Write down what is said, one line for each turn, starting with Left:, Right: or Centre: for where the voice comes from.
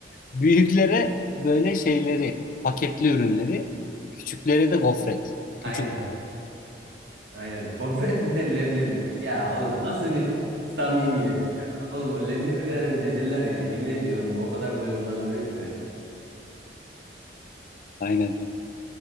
Left: büyüklere böyle şeyleri, paketli ürünleri, küçüklere de gofret.
Right: Aynen.
Left: Küçük
Right: Aynen. Gofret bir de leblebi. Ya oğlum nasıl bir samimiyet ya. Oğlum o leblebi veren dedeler ya. Yemin ediyorum o kadar duygulandırıyor ki beni.
Left: aynen